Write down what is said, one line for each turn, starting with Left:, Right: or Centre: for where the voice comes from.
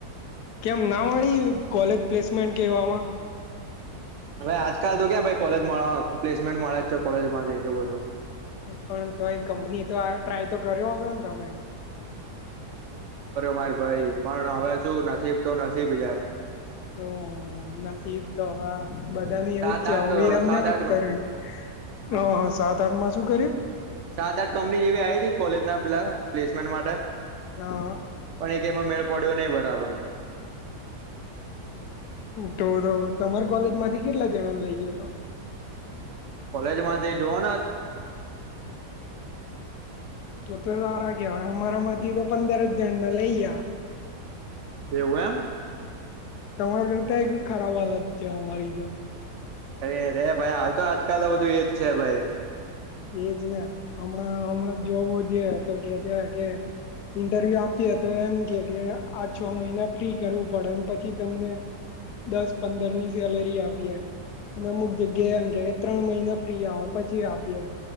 Left: કેમ ના મળી કોલેજ પ્લેસમેન્ટ કેવામાં?
Right: હ આજકાલ તો ક્યા ભાઈ કોલેજ પ્લેસમેન્ટ મળે જ છે કોલેજ માંથી એટલું બધું.
Left: પણ તોય કંપની તો ટ્રાય તો કર્યો છો ને તમે.
Right: માર ભાઈ પણ હવે શું નસીબ તો નસીબ યાર.
Left: હ <unintelligible> નસીબ તો હા બધા ની
Right: સાત
Left: એવું જ છેું
Right: આઠ
Left: એમને
Right: સાત
Left: મત
Right: આઠ
Left: કર.
Right: કંપની હા
Left: હ હ સાત આઠ માં શું કર્યું.
Right: સાત આઠ કંપની જેવી આવી હતી કોલેજ ના પેલા પ્લેસમેન્ટ માટે.
Left: હા
Right: પણ એક એમાં મેળ પડ્યો નહીિ બરાબર.
Left: તો તો તમાર કોલેજ માંથી કેટલા જણા લઈયા તો.
Right: કોલેજ માંથી જોવા.
Left: તો તો સારા કય અમારા મથી તો પંદર. જણલયા.
Right: એવું એમ.
Left: તમારા કરતા એક ખરાબ હાલત છે અમારી તો.
Right: અરે રે ભાઈ હાલ તો આજકાલ તો બધું એજ છે ભાઈ.
Left: એજ ને હમણાં હમણાં જોબ વધે તો કે છે કે ઇન્ટરવ્યુ આપીએ તો એમ કે કે આ છ મહિના ફ્રી કરવું પડે પછી તમને દસ પંદર ની સેલેરી આપીએ અને અમુક જગ્યાએ એમ કે કે ત્રણ મહિના ફ્રી આવો પછી આપીએ